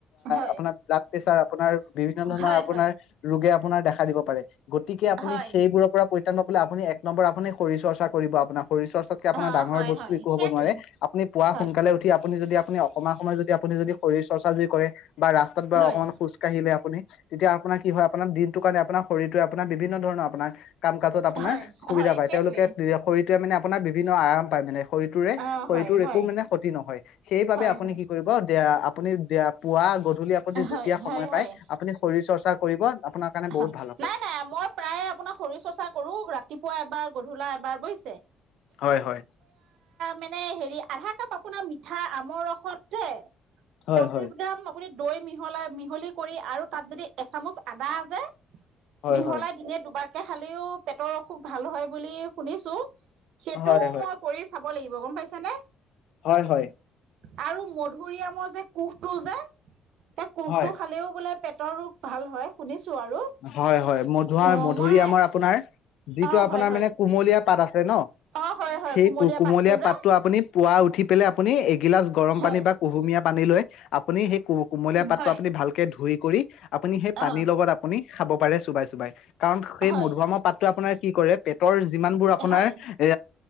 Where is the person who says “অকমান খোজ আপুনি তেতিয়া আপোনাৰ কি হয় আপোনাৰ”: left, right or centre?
Left